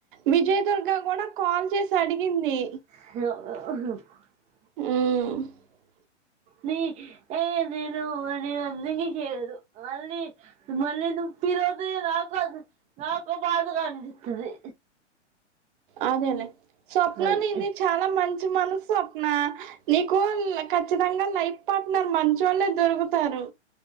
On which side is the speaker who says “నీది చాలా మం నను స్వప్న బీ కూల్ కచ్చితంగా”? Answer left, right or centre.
Right